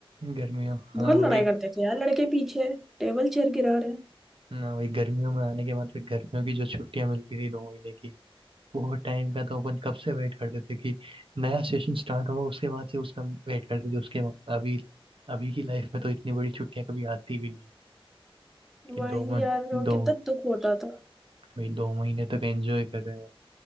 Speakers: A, on the right; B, in the centre.
A: गर्मियों हाँ
B: बहुत
A: वही
B: लड़ाई करते थे यार लड़के पीछे टेबल चेयर गिरा रहे हैं
A: ना वही गर्मियों में आने के बाद फिर गर्मियों की जो छुट्टियां मिलती थी दो महीने की वो टाइम का तो अपन कब से वेट करते थे कि नया सेशन स्टार्ट होगा उसके बाद से उसका वेट करते थे उसके बाद- अभी अभी की लाइफ में तो इतनी बड़ी छुट्टियां कभी आती भी नहीं कि
B: वही
A: दो मन
B: यार वो
A: दो
B: कितना दुख होता था
A: वही दो महीने तक एंजॉय कर रहे हैं